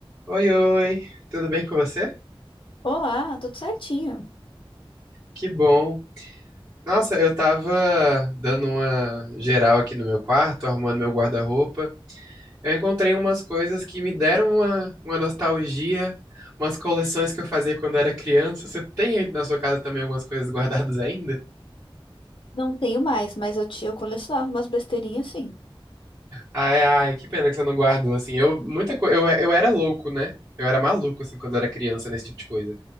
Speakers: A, on the right; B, on the left.
A: Oi, oi, tudo bem com você?
B: Olá, tudo certinho.
A: Que bom. Nossa, eu tava dando uma geral aqui no meu quarto, arrumando meu guarda-roupa. Eu encontrei umas coisas que me deram uma, uma nostalgia, umas coleções que eu fazia quando era criança. Você tem aí na sua casa também algumas coisas guardadas ainda?
B: Não tenho mais, mas eu tinha, eu colecionava umas besteirinhas assim O
A: Ai, ai, que pena que você não guardou, assim. Eu, muita coisa, eu, eu era louco, né? Eu era maluco, assim, quando eu era criança, nesse tipo de coisa.